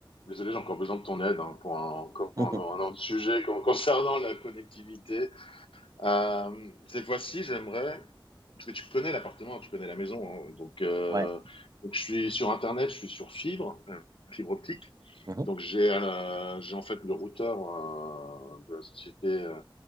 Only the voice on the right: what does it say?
<laughs> Mhm.
Ouais.
Mhm.